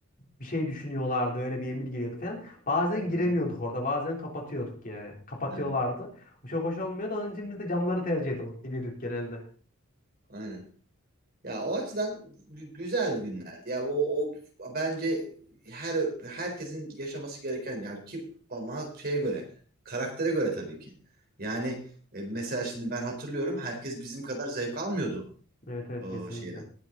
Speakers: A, on the left; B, on the right.
A: bir şey düşünüyorlardı. Öyle bir emir geliyordu falan. Bazen
B: Aha,
A: giremiyorduk orada. Bazen kapatıyorduk yani. Kapatıyorlardı.
B: evet.
A: Bu çok hoş olmuyordu. Onun için biz de camları tercih ediyorduk, ediyorduk genelde.
B: Aynen. Ya o açıdan gü- güzel günlerdi. Ya o, o bence her herkesin yaşaması gereken ya ki ama şeye göre, karaktere göre tabii ki. Yani e, mesela şimdi ben hatırlıyorum herkes bizim kadar zevk almıyordu
A: Evet evet
B: o
A: kesinlikle.
B: şeyden